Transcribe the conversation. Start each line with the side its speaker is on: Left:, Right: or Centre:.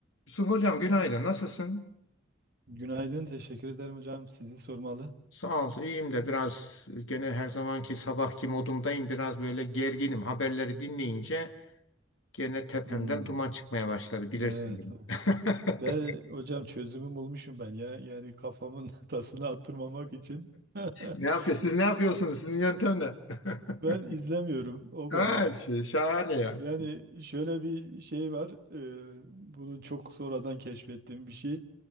Left: Yusuf Hocam günaydın. Nasılsın?
Right: Günaydın, teşekkür ederim hocam. Sizi sormalı.
Left: Sağ ol. iyiyim de biraz gene her zamanki sabahki modumdayım. Biraz böyle gerginim. Haberleri dinleyince gene tepemden
Right: Hmm.
Left: duman çıkmaya başladı. Bilirsin
Right: Evet.
Left: beni. <laughs>
Right: Ve hocam çözümü bulmuşum ben ya. Yani kafamın <laughs> tasını attırmamak için. <laughs>
Left: Ne yapıyor? Siz ne yapıyorsunuz? Sizin yöntem ne? <laughs>
Right: Ben izlemiyorum o
Left: Ha,
Right: kadar.
Left: şey, şahane ya.
Right: Yani şöyle bir şey var. e, bunu çok sonradan keşfettiğim bir şey.